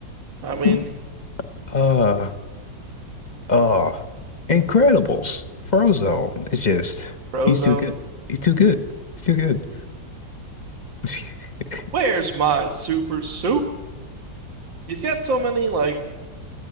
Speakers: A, on the right; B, on the left.
A: I mean,
B: <laughs> Uh, uh, Incredibles, Frozone. It's just
A: Frozone.
B: he's too good. He's too good. He's too good. <laughs>
A: Where's my super soup? He's got so many like